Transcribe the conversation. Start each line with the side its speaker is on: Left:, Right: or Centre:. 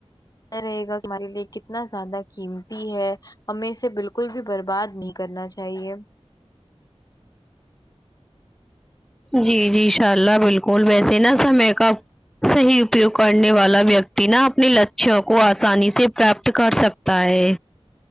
Left: رہے گا ک ہمارے لیے کتنا زیادہ قیمتی ہے ہمیں اسے بالکل بھی برباد نہیں کرنا چاہیے
Centre: جی جی انشاء اللہ بالکل ویسے نا سمے کا اب صحیح اپیوگ کرنے والا ویکتی نا اپنے لچوں کو آسانی سے پراپت کر سکتا ہے